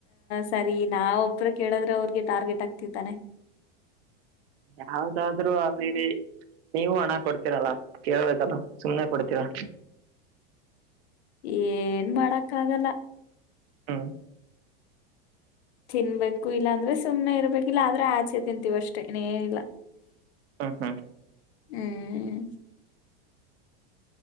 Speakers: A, on the left; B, on the right.
A: ಸರಿ ನಾವ ಒಬ್ಬರು ಕೇಳದ್ರೆ ಅವ್ರಿಗೆ ಟಾರ್ಗೆಟ್ ಆಗ್ತಿವಿತ್ತಾನೆ <inaudible>
B: ಯಾವ್ದಾದ್ರರು ಅಿರಿ <unintelligible> ನೀವು ಹಣ ಕೊಡ್ತೀರಲ್ಲ ಕೇಳ್ಬೇಕದು ಸುಮ್ನೆ ಕೊಡ್ತೀರಾ
A: ಏನ್ ಮಾಡಕ್ಕ ಆಗಲ್ಲ
B: ಹಾ
A: ತಿನ್ಬೇಕು ಇಲ್ಲ ಅಂದ್ರೆ ಸುಮ್ನೆ ಇರ್ಬೇಕಿಲ್ಲ ಆದ್ರೆ ಆಚೆ ತಿಂತೀವ ಅಷ್ಟೇ ಇಂನಿಲ್ಲ
B: ಹ ಹಾ
A: ಹ್ಮ್